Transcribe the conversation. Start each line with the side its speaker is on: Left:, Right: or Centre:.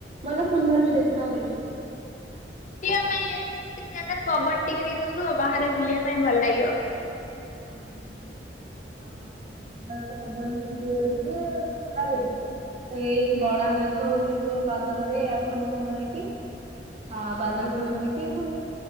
Right: ମଲା ସୁନ୍ଦର ବି ଦେଖା ହୁଏ।
Left: ଏମତି ଜାଗାରେ ପବନ ଟିକେ ଟିକେ ଦଉଥିବ, ବାହାରେ ବୁଲିବା ପାଇଁ ଭଲ ଲାଗିବ।
Right: ହ ଆଉ ମସ ତ କବରନି ଜୋର ଦିଏ ଆଉ ଲାଗେ ଏଇ
Left: ହୁଁ।
Right: କଳା ମେଘ ଉଠେଇଥିବ ବାଦଲରେ ଆ ଖଣ୍ଡ ଖଣ୍ଡ ହେଇକି ଆଉ ବାଦଲ ଖଣ୍ଡ ହେଇଛଚି, ପୁଣି